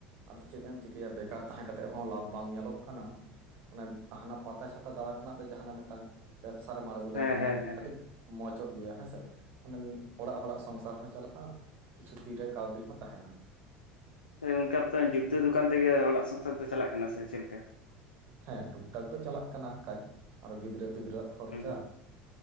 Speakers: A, on the right; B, on the left.
A: ᱟᱫᱚ ᱪᱮᱫ ᱮᱢ ᱪᱤᱠᱟᱹᱭᱟ ᱵᱮᱠᱟᱨ ᱛᱟᱦᱮᱸ ᱠᱟᱛᱮᱜ ᱦᱚᱸ ᱞᱟᱵᱷᱚ ᱵᱟᱝ ᱧᱮᱞᱚᱜ ᱠᱟᱱᱟ ᱚᱱᱮ ᱦᱟᱱᱟ ᱯᱟᱛᱟ ᱪᱷᱟᱛᱟ ᱫᱟᱬᱟ ᱠᱷᱚᱱᱟᱜ ᱫᱚ ᱡᱟᱦᱟᱱᱟᱜ ᱢᱤᱫᱴᱟᱱ ᱵᱮᱵᱽᱥᱟ ᱨᱮᱢ ᱟᱬᱜᱚ
B: ᱦᱮᱸ
A: ᱞᱮᱠᱷᱟᱱ
B: ᱦᱮᱸ ᱦᱮᱸ
A: ᱠᱟᱹᱴᱤᱡ
B: ᱦᱮᱸ
A: ᱢᱚᱸᱡᱚᱜ ᱜᱮᱭᱟ ᱦᱮᱸᱥᱮ ᱚᱱᱮ ᱚᱲᱟᱜ ᱦᱚᱲᱟᱜ ᱥᱚᱝᱥᱟᱨ ᱦᱚᱸ ᱪᱟᱞᱟᱜᱼᱟ ᱾ ᱠᱤᱪᱷᱩ <unintelligible> ᱛᱤᱨᱮ ᱠᱟᱹᱣᱰᱤ ᱦᱚᱸ ᱛᱟᱦᱮᱱᱟ ᱾
B: ᱚᱱᱠᱟ ᱡᱩᱛᱟᱹ ᱫᱚᱠᱟᱱ ᱛᱮᱜᱮ ᱚᱲᱟᱜ ᱥᱚᱝᱥᱟᱨ ᱫᱚ ᱪᱟᱞᱟᱜ ᱠᱟᱱᱟ ᱥᱮ ᱪᱮᱫᱮᱠᱟ ᱾
A: ᱦᱮᱸ ᱴᱩᱠ ᱴᱟᱠ ᱫᱚ ᱪᱟᱞᱟᱜ ᱠᱟᱱᱟ ᱦᱟᱜᱠᱷᱟᱡ ᱟᱨᱚ ᱜᱤᱫᱽᱨᱟᱹ ᱯᱤᱫᱽᱨᱟᱹᱣᱟᱜ ᱠᱷᱚᱨᱪᱟ
B: ᱦᱩᱸ